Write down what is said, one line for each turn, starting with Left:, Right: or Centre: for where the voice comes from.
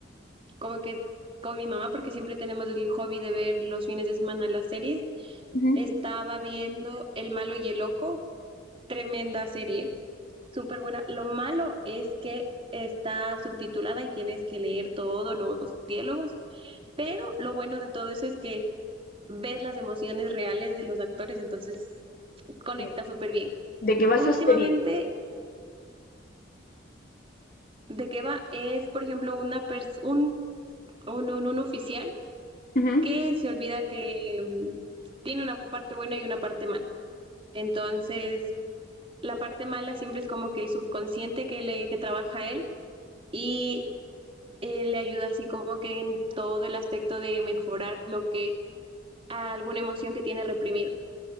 Right: como que con mi mamá, porque siempre tenemos el hobby de ver los fines de semana las series,
Left: Ujú.
Right: estaba viendo El malo y el loco, tremenda serie, súper buena. Lo malo es que está subtitulada y tienes que leer todos los diálogos. Pero lo bueno de todo eso es que ves las emociones reales de los actores, entonces conecta
Left: Sí.
Right: súper bien.
Left: ¿De qué va
Right: Últimamente,
Left: esa serie?
Right: ¿de qué va? Es, por ejemplo, una pers- un, un, un- un oficial
Left: Ujú.
Right: que se olvida que mm, tiene una parte buena y una parte mala. Entonces, la parte mala siempre es como que el subconsciente que, le, que trabaja a él y eh, le ayuda así como que en todo el aspecto de mejorar lo que alguna emoción que tiene reprimida.